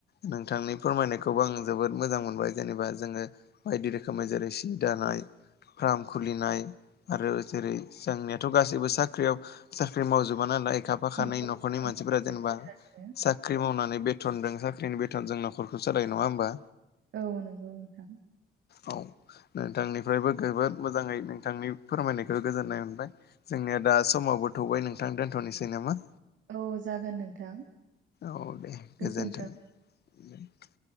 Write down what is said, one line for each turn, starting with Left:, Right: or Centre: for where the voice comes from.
Left: नोंथांनि फोरमायनायखौबो आं जोबोद मोजां मोनबाय जेनेबा जोङो बायदि रोखोमै जेरै सि दानाय फार्म खुलिनाय। आरो जेरै जोंनियाथ' गासैबो साख्रियाव साख्रि मावजोबा नालाय। खाफा खानै
Right: नंगौ
Left: न'खरनि
Right: नोंथां
Left: मानसिफोरा
Right: सैथो
Left: जेनेबा
Right: थारैनो
Left: साख्रि मावनानै बेथनजों साख्रिनि बेथन जों नखरखौ सालाय नङा होमबा।
Right: औ नंगौ नोंथां।
Left: औ नोंथांनिफ्रायबो जोबोद मोजाङै नोंथांनि फोरमायनायखौ गोजोननाय मोनबाय। जोंनिया दा समावबो थौबाय नोंथां दोनथ'नोसै नामा।
Right: औ जागोन नोंथां
Left: औ दे
Right: गोजोन्थों।
Left: <inaudible>